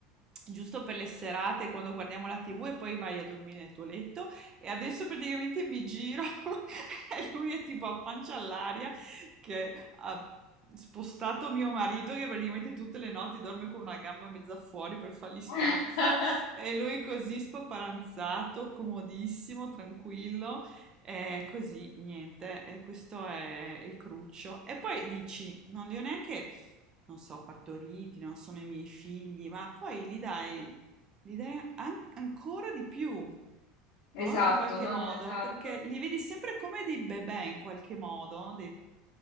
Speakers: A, on the right; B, on the left.
A: giusto per le serate quando guardiamo la TV e poi vai a dormire nel tuo letto. E adesso praticamente mi giro <laughs> e lui è tipo a pancia all'aria che ha spostato mio marito che praticamente tutte le notti dorme con una gamba mezza fuori per fargli spazio
B: <laughs>
A: e lui così spaparanzato, comodissimo, tranquillo. E così, niente, e questo è il cruccio. E poi dici, non li ho neanche, non so, partoriti, non sono i miei figli, ma poi li dai L'idea an- ancora di più,
B: Esatto,
A: no? In qualche
B: no,
A: modo,
B: no, esatto.
A: perché li vedi sempre come dei bebè in qualche modo, dei-